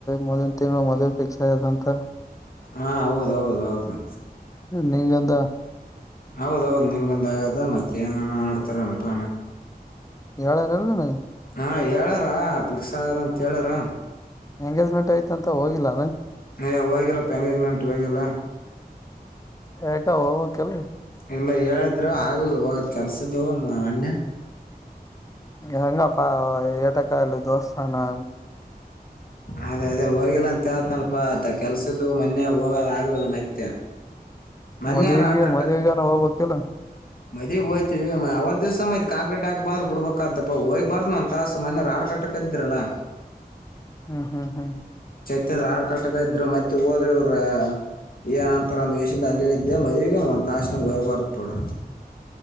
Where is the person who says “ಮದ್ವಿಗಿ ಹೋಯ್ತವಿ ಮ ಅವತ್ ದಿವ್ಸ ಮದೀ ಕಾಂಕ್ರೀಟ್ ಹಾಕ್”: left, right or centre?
Left